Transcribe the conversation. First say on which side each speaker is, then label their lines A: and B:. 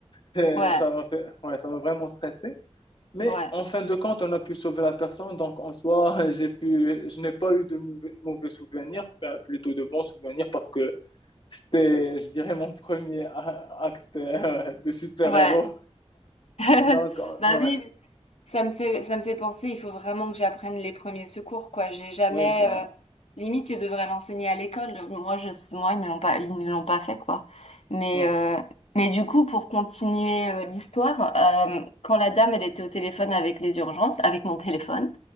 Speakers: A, on the left; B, on the left.
A: c'est-
B: Ouais,
A: ça m'a fait, ouais, ça m'a vraiment stressé. Mais
B: ouais,
A: en fin de compte, on a pu sauver la personne. Donc, en soi, <laughs> j'ai pu, je n'ai pas eu de mauvais, mauvais souvenirs, enfin, plutôt de bons souvenirs parce que c'était, je dirais, mon premier a- acte <laughs> euh, de super-héros.
B: ouais. <laughs>
A: Donc, euh,
B: Bah
A: ouais,
B: oui, oui. ça me fait, ça me fait penser, il faut vraiment que j'apprenne les premiers secours, quoi. J'ai jamais,
A: ouais, ben.
B: euh, limite, ils devraient l'enseigner à l'école. Moi, je, moi, ils me l'ont pas, ils ne l'ont pas fait, quoi. Mais,
A: Ouais,
B: euh, mais du coup, pour continuer, euh, l'histoire, euh, quand la dame, elle était au téléphone avec les urgences, avec mon téléphone,